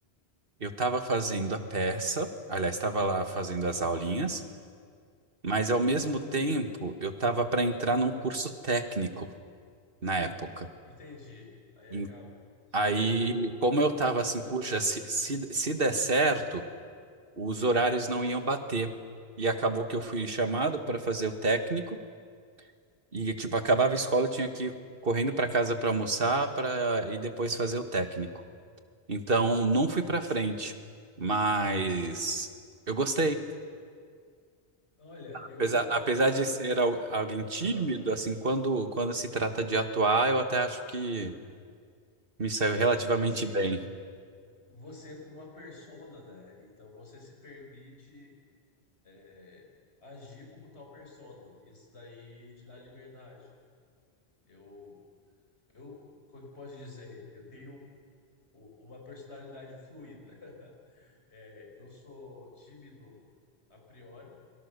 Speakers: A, on the right; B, on the left.
A: eu estava fazendo a peça, aliás, estava lá fazendo as aulinhas. Mas ao mesmo tempo, eu tava para entrar num curso técnico na época.
B: Entendi. Aí
A: E
B: acaba, você
A: Aí,
B: acabou
A: como eu tava
B: focando
A: assim, puxa,
B: em duas coisas.
A: se, se, se der certo, os horários não iam bater. E acabou que eu fui chamado para fazer o técnico e tipo acabava a escola, eu tinha que ir correndo para casa para almoçar, para e depois fazer o técnico. Então, não fui para frente, mas eu gostei.
B: Olha, eu
A: Apesar, apesar
B: adoro
A: de ser
B: aqui.
A: al- alguém tímido,
B: Aham.
A: assim, quando, quando se trata de atuar, eu até acho que me saiu relativamente
B: Se
A: bem.
B: você entra numa persona, né? Então você se permite é, agir como tal persona. Isso daí te dá liberdade. Eu Eu, como é que eu posso dizer? Eu tenho u- uma personalidade fluida. <laughs> É, eu sou tímido a priori,